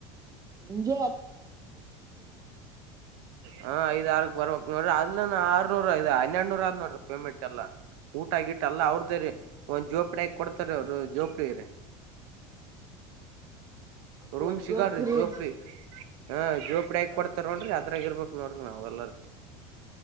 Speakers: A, on the right; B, on the right.
A: ಮುಂಜೇಲ
B: ಹ, ಐದ ಆರಕ್ ಬರ್ಬೇಕ ನೋಡ್ರಿ. ಅದ ಆರು ನೂರ ಹನ್ನೆರಡ್ನೊರ ಆದ್ ನೋಡ್ರಿ ಪೇಮೆಂಟ್ ಎಲ್ಲಾ ಊಟ ಗಿಟೇಲ್ಲ ಅವ್ರದ್ದೇರಿ. - ಒಂದ್ ಜೋಪಡಿಹಾಕಿ ಕೊಡ್ತಾರೆ ಅವ್ರು ಜೋಪಡಿರಿ.
A: ಅಂದ್ರ
B: ರೂಮ್
A: ಒಜ್ಜೋತ್ರಿ
B: ಸಿಗಲ್ರಿ ಜೋಪ್ಡಿ. ಹ್, ಜೋಪ್ಡಿ ಆಕಿ ಕೊಡ್ತಾರ ನೋಡ್ರಿ ಅದರಾಗ ಇರ್ಬೇಕ್ ನೋಡ್ರಿ ನಾವ್ ಎಲ್ಲಾರ.